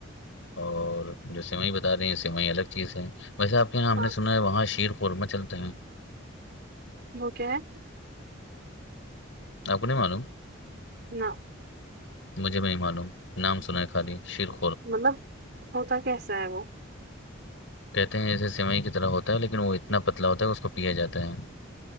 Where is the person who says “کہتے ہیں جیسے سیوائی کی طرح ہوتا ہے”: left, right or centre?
Left